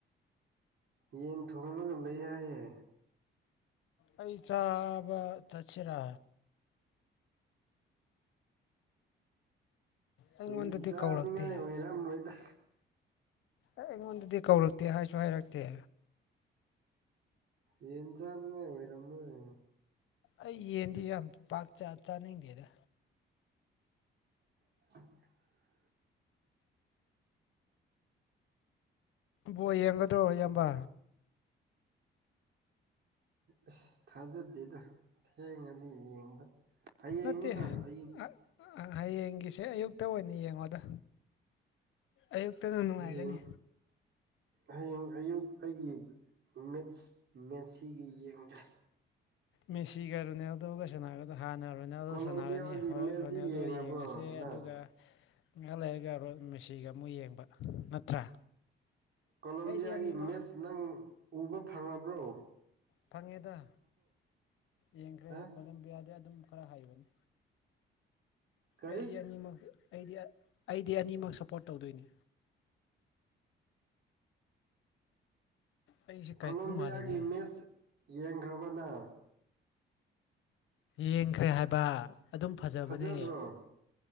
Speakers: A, on the right; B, on the left.
A: ꯌꯦꯟ ꯊꯣꯡꯗꯨꯅ ꯂꯩ ꯍꯥꯏꯌꯦ
B: ꯑꯩ ꯆꯥꯕ ꯆꯠꯁꯤꯔꯥ ꯑꯩꯉꯣꯟꯗꯗꯤ
A: ꯌꯦꯟ ꯆꯥꯅꯤꯡꯉꯥꯏ
B: ꯀꯧꯔꯛꯇꯦ
A: ꯑꯣꯏꯔꯝꯂꯣꯏꯗ
B: ꯑꯩ ꯑꯩꯉꯣꯟꯗꯗꯤ ꯀꯧꯔꯛꯇꯦ ꯍꯥꯏꯁꯨ ꯍꯥꯏꯔꯛꯇꯦ
A: ꯌꯦꯟꯖꯥꯅꯤꯉ ꯑꯣꯏꯔꯝꯃꯣꯏ
B: ꯑꯩ ꯌꯦꯟꯗꯤ ꯌꯥꯝ ꯄꯥꯛ ꯆꯥ ꯆꯥꯅꯤꯡꯗꯦꯗ
A: <inaudible>
B: ꯕꯣ ꯌꯦꯡꯒꯗꯣ ꯏꯌꯥꯝꯕ
A: ꯑꯁ ꯊꯥꯖꯗꯦꯗ ꯊꯦꯡꯉꯗꯤ ꯌꯦꯡꯕ ꯍꯌꯦꯡꯅꯤꯅ
B: ꯅꯠꯇꯦ
A: ꯑꯌꯨꯛ
B: ꯑꯥ ꯑꯥ ꯍꯌꯦꯡꯒꯤꯁꯦ ꯑꯌꯨꯛꯇ ꯑꯣꯏꯅ ꯌꯦꯡꯉꯣꯗ ꯑꯌꯨꯛꯇꯅ ꯅꯨꯡꯉꯥꯏꯒꯅꯤ
A: ꯍꯌꯦꯡ ꯍꯌꯦꯡ ꯑꯌꯨꯛ ꯑꯩꯒꯤ ꯃꯤꯠꯁ ꯃꯦꯁꯤꯒꯤ ꯌꯦꯡꯒꯦ
B: ꯃꯤꯁꯤꯒꯥ ꯔꯣꯅꯥꯜꯗꯣꯒꯥ ꯁꯟꯅꯥꯔꯛ ꯑꯗ ꯍꯥꯟꯅ ꯔꯣꯅꯦꯜꯗꯣ
A: ꯀꯣꯂꯣꯝꯕꯤꯌꯥꯒꯤ
B: ꯁꯥꯟꯅꯔꯅꯤ ꯍꯣꯔꯣꯅꯦꯜꯗꯣ
A: ꯃꯦꯠꯁꯇꯤ ꯌꯦꯡꯉꯕ꯭ꯔꯣ
B: ꯌꯦꯡꯉꯁꯦ
A: ꯅꯪ
B: ꯑꯗꯨꯒ ꯉꯍꯥꯛ ꯂꯩꯔꯒ ꯔꯣ ꯃꯦꯁꯤꯒ ꯑꯃꯨꯛ ꯌꯦꯡꯕ ꯅꯠꯇ꯭ꯔꯥ
A: ꯀꯣꯂꯝꯣꯕꯤꯌꯥꯒꯤ
B: ꯑꯩꯗꯤ ꯑꯅꯤꯃꯛ
A: ꯃꯦꯠꯆ ꯅꯪ ꯎꯕ ꯐꯪꯉꯕ꯭ꯔꯣ
B: ꯐꯪꯉꯦꯗ ꯌꯦꯡꯈ꯭ꯔꯦ
A: ꯍꯥ
B: ꯀꯣꯂꯝꯕꯤꯌꯥꯗꯤ ꯑꯗꯨꯝ ꯈꯔ ꯍꯩꯕꯅꯤ
A: ꯀꯔꯤ
B: ꯑꯩꯗꯤ ꯑꯅꯤꯃꯛ ꯑꯩꯗꯤ ꯑꯥ ꯑꯩꯗꯤ ꯑꯅꯤꯃꯛ ꯁꯞꯄꯣꯔꯠ ꯇꯧꯗꯣꯏꯅꯦ ꯑꯩꯁꯦ
A: ꯀꯣꯂꯣꯕꯤꯌꯥꯒꯤ
B: ꯀꯥꯏꯀꯨ ꯃꯥꯜꯂꯦꯅꯦ
A: ꯃꯦꯠꯆ ꯌꯦꯡꯈ꯭ꯔꯕꯅ
B: ꯌꯦꯡꯈ꯭ꯔꯦ ꯍꯥꯏꯕ ꯑꯗꯨꯝ ꯐꯖꯕꯅꯦ
A: ꯐꯖꯕ꯭ꯔꯣ